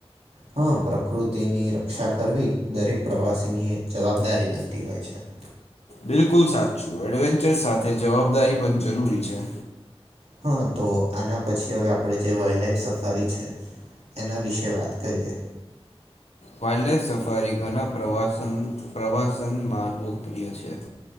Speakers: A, on the right; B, on the left.
A: હા પ્રકૃતિની રક્ષા કરવી દરેક પ્રવાસી ની જવાબદારી બનતી હોય છે. <inaudible>
B: બિલકુલ સાચું એડવેન્ચર સાથે જવાબદારી પણ જરૂરી છે.
A: હા તો આના પછી હવે આપણે જે વાઈલ્ડ લાઈફ સફારી છે. એના વિશે વાત કરીએ.
B: વાઇલ્ડલાઇફ સફારી ઘણા પ્રસન પ્રવાસનમાં લોકપ્રિય છે.